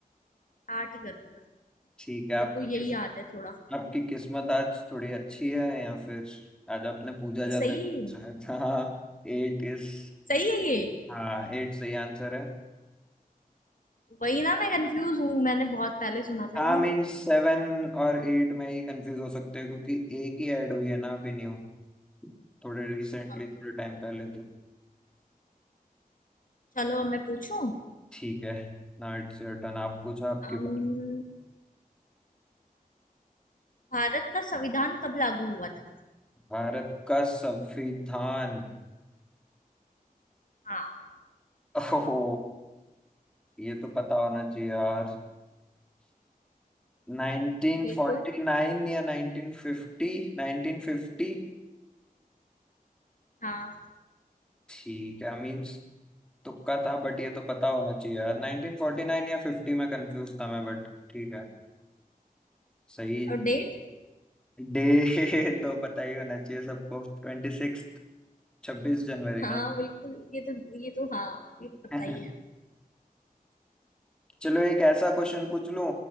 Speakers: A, on the left; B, in the centre.
A: आठ ही करूंगा तो,
B: ठीक है आपका
A: मेरे को यही याद है थोड़ा
B: आपकी किस्मत आज थोड़ी अच्छी है या फिर आज आपने पूजा ज्यादा
A: ये सही है ये?
B: शायद हाँ Eight is
A: सही है ये
B: हाँ एट सही आंसर है
A: वही ना मैं कंफ्यूज हूँ मैंने बहुत पहले सुना
B: हाँ
A: था ये
B: मीन सेवन और एट में ही कंफ्यूज हो सकते हैं क्योंकि एक ही ऐड हुई है ना अभी न्यू थोड़े रिसेंटली
A: हाँ।
B: थोड़े टाइम पहले तो
A: चलो अब मैं पूछूं
B: ठीक है ना इट्स योर टर्न आप पूछा आपकी
A: अम्म,
B: बारी
A: भारत का संविधान कब लागू हुआ था
B: भारत का संविधान
A: हाँ
B: ओहो ये तो पता होना चाहिए यार 1949
A: बिल्कुल
B: या 1950 1950
A: हाँ
B: ठीक है मीन्स तुक्का था बट ये तो पता होना चाहिए यार 1949 या 50 में कंफ्यूज था मैं बट ठीक है सही
A: और डेट
B: डे <laughs> तो पता ही होना चाहिए सबको ट्वेंटी सिक्स छब्बीस जनवरी
A: हाँ
B: ना
A: बिल्कुल ये तो ये तो हाँ ये तो पता
B: <laughs>
A: ही है
B: चलो एक ऐसा क्वेश्चन पूछ लूं